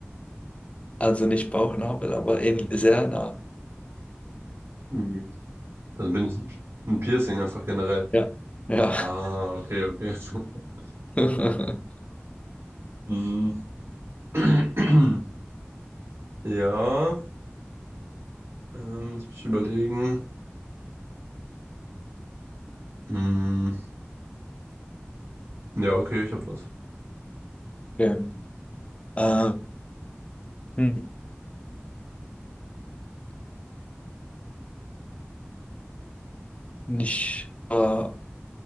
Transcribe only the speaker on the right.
Hm. Also bin ich ein Piercing einfach generell.
Ah, okay, okay. <laughs>
Hm. <clears throat> Ja, ähm, lass mich überlegen. Hm. Ja, okay, ich hab was.